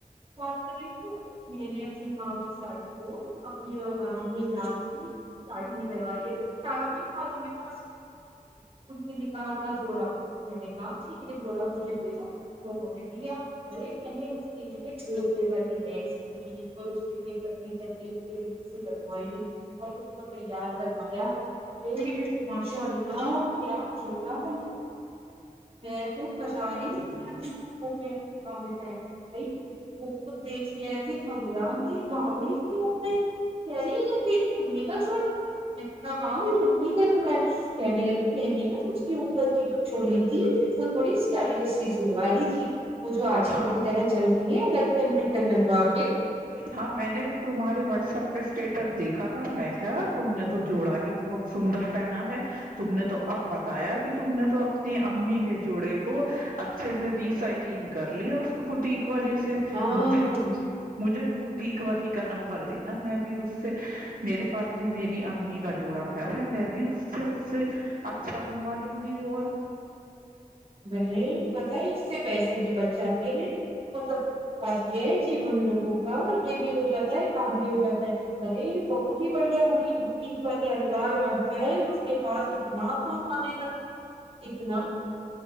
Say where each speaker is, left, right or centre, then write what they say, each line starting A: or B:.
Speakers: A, on the right; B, on the right.
A: بات کر رہی میں نے اپنی ماں کی ساڑی کو اپنی میدان کی ساڑی میں لگائی اپنی تار خال کے پاس ان کے بھی کہا کا جوڑا میں نے کہا کہ یہ جوڑا مجھے دے دو تو <unintelligible> ارے میں نے اس کے لیےپے والی بھیس لی اور اس کے لیے پت لیے سے لگوائی اور اس کو تیار کروایا ارے ماشاء اللہ کیا جوڑا بنا میں تو <unintelligible> <inaudible> وہ دیکھلا گئی بڑی ت گئی کہ رہییری امی کا جوڑا ہے ہاں میری امی کا جوڑا ہے کہنے لگی میں نے نا اس کے اوپر کی جو چولی تھی وہ تھوڑی اسٹائلش س سلو لی تھی <unintelligible> <inaudible> وہ جو آج کل
B: ہاں
A: کی طرح چلتی چلتی ہیں لٹکن پٹکن لگوا جی <unintelligible>
B: ہاں میں نے بھی تمہارے واٹس ایپ پہ اسٹیٹس دیکھا تھا میں کیا تم نے تو جوڑا ہی بہت سندر پہنا ہے تم نے تو اب بتایا کہ تم نے تو اپنی امی کے جوڑے کو اچھے سے ریسائکلنگ کر لیا اس بوٹیک والی سے
A: ہاں
B: مجھے مجھے مجھے بھی بوٹیک والی کا نمبر دےینا میں بھی اس سے میرے پاس بھی میری امی کا جوڑا پڑا ہے میں بھی اس سے اس سے اچھا بنوا لوں گی اور
A: بہن پتا ہے اس سے پیسے بھی بچ جاتے ہیں تو سب سے بڑی بات یہ ہے کہ ہم لوگوں کا یہ بھی ہو جاتا ہے کام بھی ہو جاتا ہے ارے بہت بہت ہی بڑھیا بوٹیک والی اللہ جانتا ہے اس کے پاس اتنا کام آنے لگا ہے اتنا